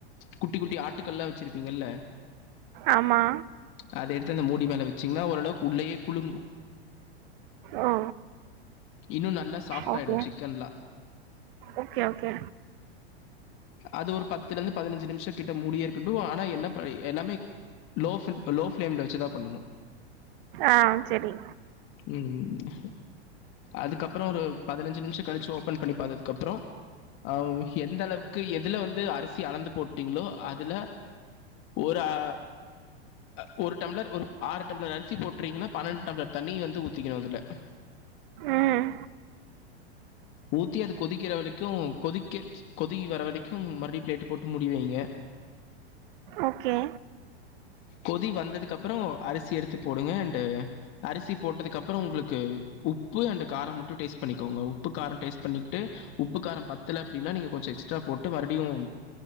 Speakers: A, on the left; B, on the right.
A: குட்டி குட்டி ஆட்டுக்கல்லா வச்சுருப்பீங்கள்ல
B: ஆமா
A: அத எடுத்து அந்த மூடி மேல வச்சீங்கன்னா ஓரளவுக்கு உள்ளேயே குளுங்கு
B: ஓ
A: இன்னூ நல்லா சாஃப்ட்
B: ஓகே
A: ஆயிடு சிக்கன்லா
B: ஓகே ஓகே
A: அது ஒரு பத்துல இருந்து பதினஞ்சு நிமிஷ கிட்ட மூடியே இருக்கட்டு ஆனா என்ன பண் எல்லாமே லோ ஃபிலீம் லோ ஃப்லேம் ல வச்சு தா பண்ணனு
B: ஆ சரி
A: ம் அதுக்கப்புற ஒரு பதினஞ்சு நிமிஷ கழிச்சு ஓபன் பண்ணி பாத்ததுக்கு அப்புறோ அ எந்த அளவுக்கு எதுல வந்து அரிசி அளந்து போட்டீங்களோ அதுல ஒரு ஆ அ ஒரு டம்ளர் ஒரு ஆறு டம்ளர் அரிசி போட்றீங்கன்னா பன்னெண்டு டம்ளர் தண்ணி வந்து ஊத்திக்கணு அதுல
B: ம்
A: ஊத்தி அது கொதிக்கிற வரைக்கு கொதிக்க கொதி வர வரைக்கு மறுபடியு பிளேட் போட்டு முடிவைங்க
B: ஓகே
A: கொதி வந்ததுக்கு அப்புற அரிசிய எடுத்து போடுங்க அண்டு அரிசி போட்டதுக்கு அப்புற உங்குளுக்கு உப்பு அண்டு கார மட்டு டேஸ்ட் பண்ணிக்கோங்க உ ப்பு கார டேஸ்ட் பண்ணிக்ட்டு உப்பு கார பத்தலனா அப்டின்னா நீங்க கொஞ்சஎக்ஸ்ட்ரா போட்டு மறுபடியு